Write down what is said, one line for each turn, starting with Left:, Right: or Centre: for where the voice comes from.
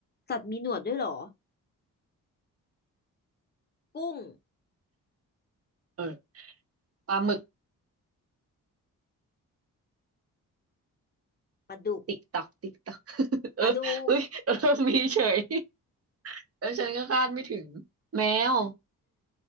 Left: สัตว์มีหนวดด้วยเหรอ กุ้ง
Right: เออปลาหมึก
Left: ปลาดุก
Right: ติ๊กตักติ๊กตัก <laughs> เออเฮ้ย
Left: ปลาดุก
Right: <laughs> เออมีเฉย <laughs> แล้วฉันก็คาดไม่ถึงแมว